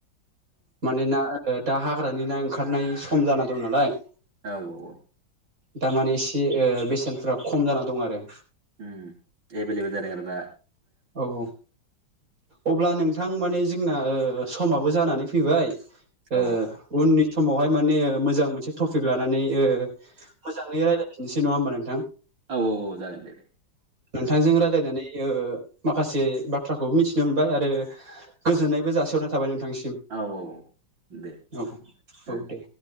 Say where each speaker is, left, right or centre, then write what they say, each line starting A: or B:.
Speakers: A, on the right; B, on the right.
A: माने ना ओ दा हाग्रानि ना ओंखारनाय सम जाना दं नालाय।
B: औ औ औ
A: दामाने एसे ओ बेसेनफोरा खम जाना दं आरो।
B: उम एभाइलबल जाबाय आरोना।
A: औ औ अब्ला नोंथां माने जोंना ओ समाबो जानानै फैबाय
B: औ
A: ओ उननि समावहाय माने मोजां मोनसे टपिक लानानै ओ जाङै रायलायफिनसै नङा होनबा नोंथां?
B: औ औ औ जागोन दे दे।
A: नोंथांजों
B: ओ
A: रायलायनानै ओ माखासे बाथ्राखौ मिथिनो मोनबाय आरो गोजोननायबो जासिहरनाय थाबाय नोंथांनिसिम।
B: औ औ औ दे
A: औ
B: ओ
A: औ औ दे